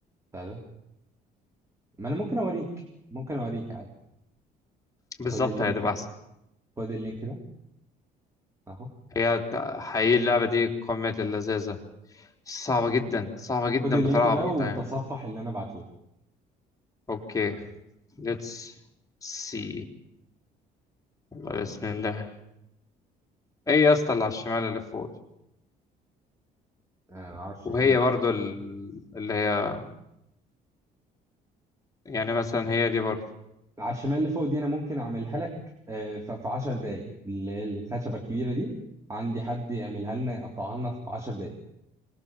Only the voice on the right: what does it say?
بتاع ده ما انا ممكن اوريك ممكن اوريك عادي
خد اللينك
خد اللينك ده اهو
خد اللينك
ده
وتصفح
اللي انا بعته لك.
انا ما اعرفش
ايه
على الشمال اللي فوق دي انا ممكن اعملها لك آه، ف- في 10 دقايق اللي هي الخشبه الكبيره دي عندي حد يعملها لنا يقطعها لنا في 10 دقايق